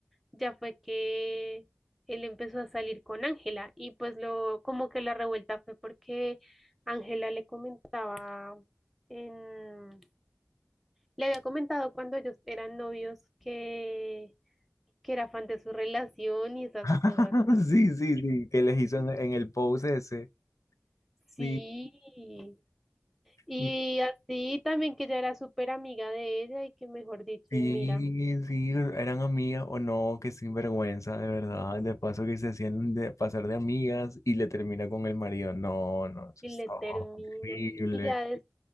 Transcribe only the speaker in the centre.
ya fue que él empezó a salir con Ángela y pues lo como que la revuelta fue porque Ángela le comentaba en le había comentado cuando ellos eran novios que que era fan de su relación y esas
cosas.
Sí, Y
así también que ella era súper amiga de ella y que mejor dicho,
y mira,
y
le termina.
Y ya des-